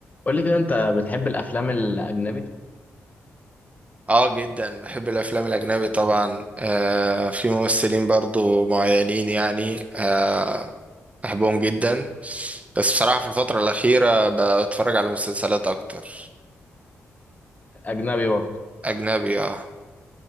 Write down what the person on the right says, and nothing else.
اه جدا بحب الافلام الاجنبي طبعا آه في ممثلين برضو معينين يعني آه بحبهم جدا بس بصراحة
في الفترة الأخيرة بتفرج على مسلسلات أكتر
أجنبي اه